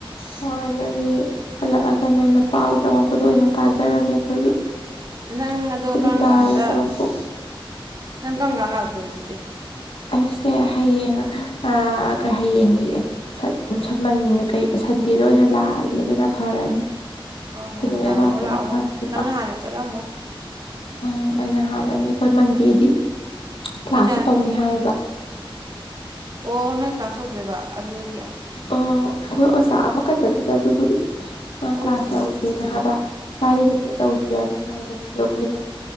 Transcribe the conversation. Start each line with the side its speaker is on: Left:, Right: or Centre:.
Left: ꯍꯣꯏ ꯅꯣꯏꯒꯤ ꯍꯜꯂꯛꯑꯒ ꯅꯣꯏꯅ ꯄꯥꯎ ꯇꯝꯃꯛꯄꯗꯣ ꯑꯣꯏꯅ ꯇꯥꯖꯔꯒꯦ ꯑꯩꯈꯣꯏꯗꯤ꯫ ꯑꯩꯈꯣꯏꯗꯤ
Right: ꯅꯪ ꯑꯗꯣ ꯀꯔꯝ
Left: ꯗꯥꯎ
Right: ꯀꯥꯟꯗ
Left: ꯌꯥꯗꯕ ꯃꯄꯣꯛ
Right: ꯅꯪ ꯀꯔꯝ ꯀꯥꯟ ꯂꯥꯛ ꯇꯣꯏꯕ ꯑꯗꯨꯗꯤ꯫
Left: ꯑꯩꯁꯦ ꯍꯌꯦꯡ ꯑꯥ ꯍꯌꯦꯡ ꯍꯥꯢꯌꯦ <unintelligible> ꯁꯃꯟ ꯀꯩ ꯁꯟꯗꯦꯗ ꯑꯣꯏꯅ ꯂꯥꯛꯑꯒꯦ ꯑꯗꯨꯅ ꯐꯔꯅꯤ꯫
Right: ꯍꯣꯏ
Left: ꯁꯟꯗꯦꯗ
Right: ꯍꯣꯏ ꯂꯥꯛꯑꯝꯃꯣ
Left: ꯂꯥꯛꯄꯅ
Right: ꯂꯥꯛꯑꯝꯃꯣ
Left: ꯐꯗꯣꯏꯕ
Right: ꯅꯪꯅ ꯍꯥꯟꯅ ꯆꯠꯂꯝꯃꯣ꯫
Left: ꯎꯝ ꯑꯩꯅ ꯍꯥꯜꯂ ꯅꯤ ꯑꯩꯈꯣꯏ ꯃꯟꯗꯦꯗꯤ ꯀ꯭ꯂꯥꯁꯁꯨ
Right: ꯑꯩꯅ
Left: ꯇꯧꯅꯤ ꯍꯥꯏꯌꯦꯌ꯫
Right: ꯑꯣ ꯑꯣ ꯅꯣꯏ ꯀ꯭ꯂꯥꯁ ꯇꯧꯗꯣꯏꯕ ꯑꯗꯨꯗꯤ ꯌꯥꯏ
Left: ꯑꯣ ꯑꯩꯈꯣꯏ ꯑꯣꯖꯥ ꯑꯃꯈꯛꯇꯅꯤꯗ ꯑꯗꯨꯕꯨꯗꯤ ꯃꯥ
Right: ꯑꯣ
Left: ꯀ꯭ꯂꯥꯁ ꯂꯧꯎꯁꯦꯅ ꯍꯥꯏꯕ ꯐ꯭ꯔꯥꯏꯗꯦ ꯅꯨꯃꯤꯠꯇ ꯇꯧꯁꯦ꯫ ꯁꯤꯔꯅ ꯍꯥꯏꯕꯅꯤ ꯑꯗꯣ ꯑꯩꯈꯣꯏꯅ